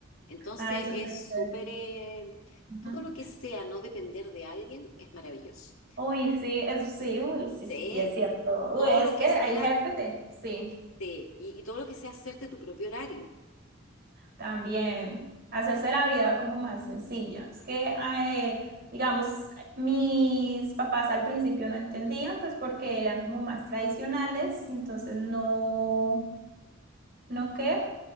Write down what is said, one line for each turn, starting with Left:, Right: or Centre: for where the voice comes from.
Left: Entonces
Right: Ay, súper
Left: es súper...
Right: chévere.
Left: eh,
Right: Ujú.
Left: todo lo que sea no depender de alguien es maravilloso.
Right: Uy, sí, es, sí, uy, sí,
Left: Sí,
Right: sí, sí, es cierto. Uy,
Left: todo
Right: es
Left: lo
Right: que
Left: que
Right: hay
Left: sea...
Right: jefes de, sí,
Left: Sí, y, y todo lo que sea hacerte tu propio horario.
Right: también hacerse la vida como más sencilla. Es que, eh, digamos, mis papás al principio no entendían, pues porque eran como más tradicionales y entonces no, ¿no qué?